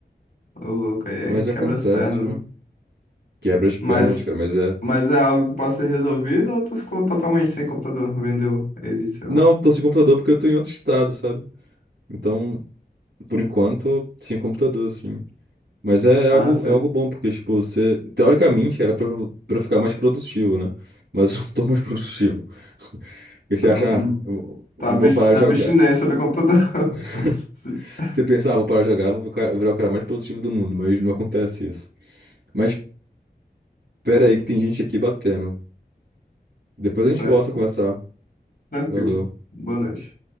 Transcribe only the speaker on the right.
Mas
acontece,
né? Quebra as pernas,
cara, mas é.
Não, tô sem computador porque eu tô em outro estado, sabe? Então, por enquanto, sem computador, assim. Mas é é
algo,
é algo bom, porque, tipo, você, teoricamente, era pra, eu- pra eu ficar mais produtivo, né? Mas eu não tô mais produtivo. <laughs> E você
acha,
ah, eu não
vou parar
de jogar.
<laughs>
Você pensava, ah, vou parar de jogar, vou ficar- virar o cara mais produtivo do mundo, mas não acontece isso. Mas pera aí que tem gente aqui batendo. Depois
a gente volta a conversar.
Valeu.